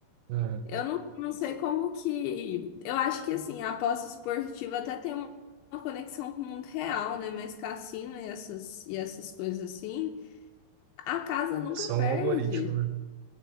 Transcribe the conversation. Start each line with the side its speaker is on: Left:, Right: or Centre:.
Right: É,
Left: Eu não, não sei como que. Eu acho que assim, a aposta esportiva até tem uma, uma conexão com o mundo real, né? Mas cassino e essas, e essas coisas assim, a casa nunca
Right: é só
Left: perde.
Right: um algoritmo, né?